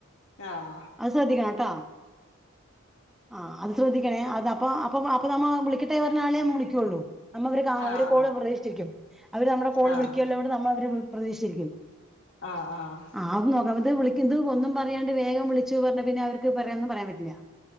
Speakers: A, on the left; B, in the centre.
A: ആഹ്
B: അത് ശ്രദ്ധിക്കണം ട്ടോ ആഹ് അത് ശ്രദ്ധിക്കണേ അത് അപ്പൊ അപ്പൊ അപ്പൊ നമ്മളാ വിളിക്കട്ടേ പർഞ്ഞാണ്ട് നമ്മൾ വിളിക്കൊള്ളൂ. നമ്മൾ അവര് ക്കാ
A: ആഹ്
B: അവര് കോള് പ്രതീക്ഷിച്ചിരിക്കും അവര് നമ്മളെ കോള്
A: ആഹ്
B: വിളിക്കല്ലോ ങ്ങട്ട് നമ്മൾ അവരെ പ്രതീക്ഷിച്ച് രിക്കും.
A: ആഹ് ആഹ്
B: ആദ്യം നമ്മൾത് വിളിക്കിത് ഒന്നും പറയാണ്ട് വേഗം വിളിച്ചു പർഞ്ഞ പിന്നെ അവർക്ക് പറയാനൊന്നും പറയാൻ പറ്റില്ല.